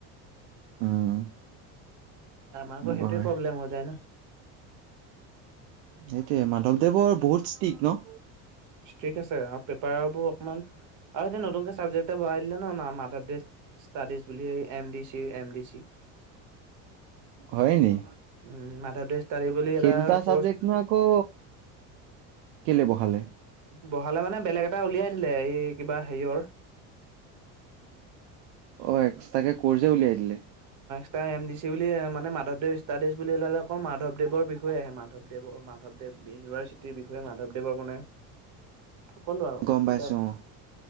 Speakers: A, on the right (about 75°); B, on the right (about 50°).
A: উম
B: আমাক
A: এনেকুৱা
B: সেইটোৱে
A: হয়
B: প্ৰব্লেম হৈ যায় ন
A: সেইটোয়ে মাধৱদেৱৰ বহুত ষ্টিক ন
B: ঠিক আছে আ পেপাৰ বোৰ অকণমান আৰু এতিয়া নতুনকে চাবজেক্ট এটা ভৰাই দিলে ন, মাধৱদেৱ ষ্টাডিজ বুলি। এম ডি চিৰ এম ডি চি।
A: হয়নি?
B: উম মাধৱদেৱ ষ্টাডি বুলি
A: সেইদুতা
B: এটা
A: চাবজেক্ট
B: কৰ্চ
A: নো আকৌ কেলে বহালে?
B: বহালে মানে বেলেগ এটা উলিয়াই দিলে এই কিবা হেৰিয়ৰ
A: অ', এক্সতাকে কৰ্ছেই উলিয়াই দিলে।
B: এটা এম ডি চি বুলি মানে মাধৱদেৱ ষ্টডিজ বুলি ওলালে, আকৌ মাধৱদৱৰ বিষয়ে আহে মাধৱদেৱৰ মাধৱদেৱ। ইউনিভাৰ্চিটিৰ বিষয়ে মাধৱদেৱৰ মানে।
A: <unintelligible>
B: সকলো আৰু
A: গম
B: কিতাপ
A: পাইছো অ